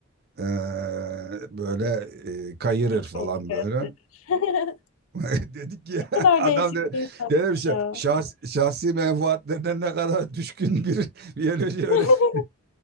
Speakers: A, on the right; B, on the left.
A: Ee, böyle e, kayırır
B: Hikmet
A: falan
B: gösterir.
A: böyle.
B: <laughs>
A: <laughs> Dedik ki
B: Ne
A: <laughs>
B: kadar
A: adam
B: değişik
A: da
B: bir insanmış
A: dedim
B: ya.
A: şahsi, şahsi menfaatlerine ne kadar düşkün bir <laughs> biyoloji öğretmeni.
B: <laughs>